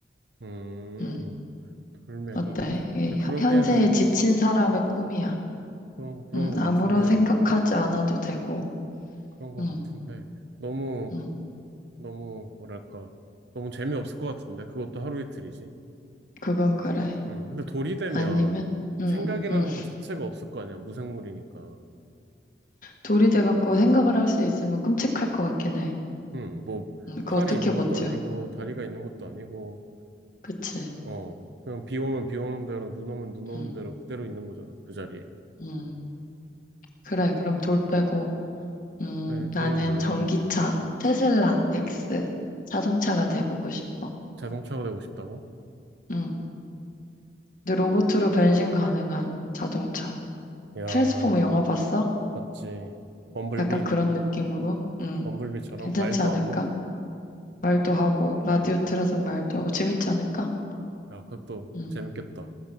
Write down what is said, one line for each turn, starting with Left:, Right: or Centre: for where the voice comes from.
Right: 음,
Left: 응,
Right: 돌멩이.
Left: 어때? 이게
Right: 근데 그러기에는
Left: 현- 현세에 지친 사람의 꿈이야.
Right: 그런, 그런
Left: 응,
Right: 것
Left: 아무런
Right: 같은데,
Left: 생각하지 않아도 되고.
Right: 그런 것
Left: 응,
Right: 같은데, 너무,
Left: 응,
Right: 너무, 뭐랄까, 너무 재미없을 것 같은데, 그것도 하루 이틀이지.
Left: 그건 그래.
Right: 음, 근데 돌이 되면
Left: 아니면, 음,
Right: 생각이라는
Left: 음.
Right: 것 자체가 없을 거 아니야, 무생물이니까.
Left: 돌이 돼갖고 생각을 할 수 있으면 끔찍할 것 같긴 해.
Right: 음, 뭐,
Left: 음, 그거
Right: 팔이
Left: 어떻게
Right: 있는
Left: 버텨?
Right: 것도 아니고, 다리가 있는 것도 아니고,
Left: 그치?
Right: 어, 그냥 비 오면 비 오는 대로, 눈 오면 눈 오는
Left: 음,
Right: 대로 그대로 있는 거잖아, 그 자리에.
Left: 음. 그래, 그럼 돌 빼고, 음,
Right: 그래, 돌은
Left: 나는
Right: 별로야.
Left: 전기차, 테슬라 X 자동차가 돼보고 싶어.
Right: 자동차가 되고 싶다고?
Left: 음. 근데 로봇으로 변신 가능한 자동차.
Right: 야,
Left: 트랜스포머 영화 봤어?
Right: 봤지. 범블비?
Left: 약간 그런 느낌으로? 음,
Right: 범블비처럼
Left: 괜찮지
Right: 말도
Left: 않을까?
Right: 하고,
Left: 말도 하고, 라디오
Right: 음,
Left: 틀어서 말도 하고, 재밌지 않을까?
Right: 야, 그것도
Left: 음,
Right: 재밌겠다.